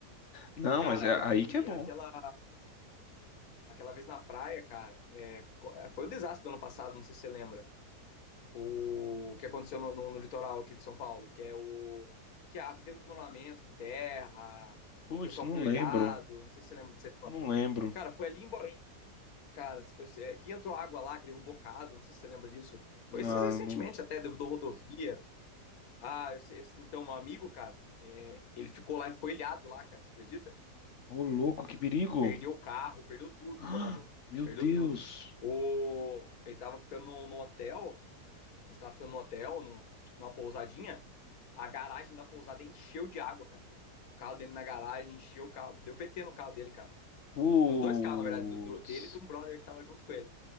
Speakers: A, on the left (about 50°); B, on the left (about 65°).
A: Não,
B: Cara,
A: mas é
B: aquela,
A: aí
B: aquele,
A: que é bom.
B: aquela, aquela vez na praia, cara, é, foi o desastre do ano passado, não sei se você lembra. o que aconteceu no, no- no litoral aqui de São Paulo, que é o que é- aqui teve desmoronamento de terra,
A: Putz,
B: o pessoal
A: não
B: foi olhado,
A: lembro.
B: não sei se você lembra disso história.
A: Não lembro.
B: Cara, foi ali em Borém, cara, eu, sei- é, que entrou água lá, que derrubou casa, não sei se você lembra disso. Foi
A: Ah,
B: isso recentemente
A: não...
B: até, derrubou rodovia. Ah, eu sei, eu sei. então um amigo, cara, é, ele ficou lá e ficou ilhado lá, cara, você acredita?
A: Ô, louco, que perigo!
B: Perdeu o
A: <gasps>
B: carro, perdeu tudo,
A: Ah,
B: mano,
A: meu
B: perdeu
A: Deus!
B: tudo. O, ele tava ficando num num hotel estava ficando no hotel, num- numa pousadinha, a garagem da pousada encheu de água, cara. O carro dele na garagem encheu o carro, deu PT no carro dele, cara.
A: Putz!
B: Nos dois carros, na verdade, do, do- dele e de um brother que tava junto com ele.